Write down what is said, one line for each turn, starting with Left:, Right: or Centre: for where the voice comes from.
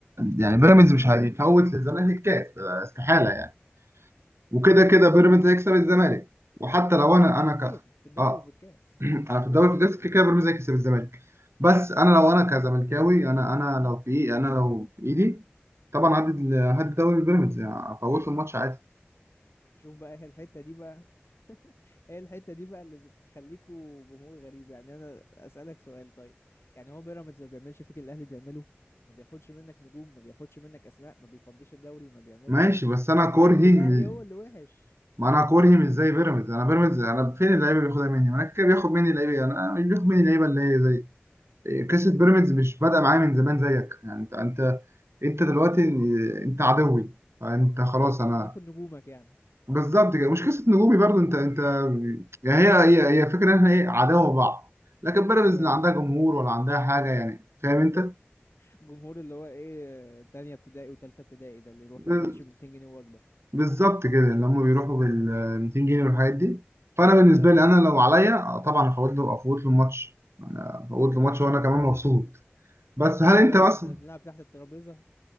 Right: يعني بيراميدز مش هيفوت للزمالك الكاس استحاله يعني وكده كده بيراميدز هيكسب الزمالك وحتى لو انا
Left: في الحالتين
Right: انا ك...
Left: في الدوري
Right: اه
Left: وفي الكاس
Right: انا في الدوري في كده كده بيراميدز هيكسب الزمالك بس
Left: مم.
Right: انا لو انا كزملكاوي انا انا لو في ايه انا لو في ايدي طبعا هدي ال- هدي الدوري لبيراميدز يعني افوت الماتش عادي
Left: شوف بقى هي الحتة دي بقى <laughs> هي الحتة دي بقى اللي بتخليكوا جمهور غريب يعني انا اسألك سؤال طيب يعني هو بيراميدز ما بيعملش فيك اللي الاهلي بيعمله ما بياخدش منك نجوم ما بياخدش منك اسماء ما بيفضيش الدوري ما بيعملش
Right: ماشي بس انا كرهي
Left: ليه الاهلي
Right: م-
Left: هو اللي وحش
Right: ما انا كرهي مش زي بيراميدز انا بيراميدز انا فين اللعيبه اللي بياخدها مني ما انا كده بياخد مني اللعيبه انا أنا مش بياخد مني اللعيبه اللي هي زي إيه، قصه بيراميدز مش بادئه معايا من زمان زيك يعني انت انت انت دلوقتي إيه، انت عدوي فانت خلاص
Left: احنا عشان
Right: انا
Left: بناخد نجومك يعني
Right: بالظبط كده مش قصه نجومي برضو انت انت يعني هي هي هي فكره ان احنا ايه عداوه بعض لكن بيراميدز
Left: ايوه
Right: لا عندها جمهور ولا عندها حاجه يعني فاهم انت
Left: جمهور اللي هو ايه تانية ابتدائي وتالتة ابتدائي ده اللي يروح
Right: ب-
Left: الماتش ب 200 جنيه وجبة
Right: بالظبط كده اللي هم بيروحوا بال 200 جنيه والحاجات دي فانا بالنسبه
Left: اه
Right: لي انا لو عليا طبعا افوت له افوت له الماتش انا افوت له ماتش وانا كمان مبسوط بس
Left: وتقول
Right: هل انت
Left: علينا
Right: مثلا
Left: احنا بنلعب تحت الترابيزة